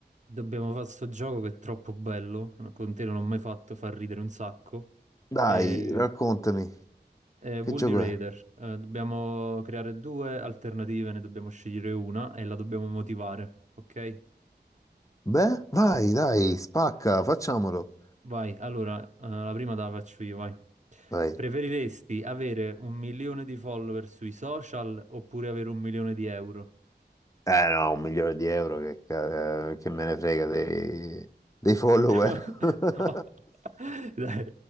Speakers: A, on the right; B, on the left.
A: Dobbiamo fare sto gioco che è troppo bello, con te non l'ho mai fatto far ridere un sacco.
B: Dai,
A: E...
B: raccontami,
A: È
B: che
A: Woody
B: gioco
A: Raider,
B: è?
A: Eh, dobbiamo creare due alternative, ne dobbiamo scegliere una e la dobbiamo motivare, ok?
B: Beh, vai, dai, spacca, facciamolo.
A: Vai, allora, eh, la prima te la faccio io, vai.
B: Vai.
A: Preferiresti avere un milione di follower sui social oppure avere un milione di euro?
B: Eh no, un milione di euro che, ca- eh, che me ne frega dei, dei follower.
A: <laughs>
B: <laughs>
A: No, dai,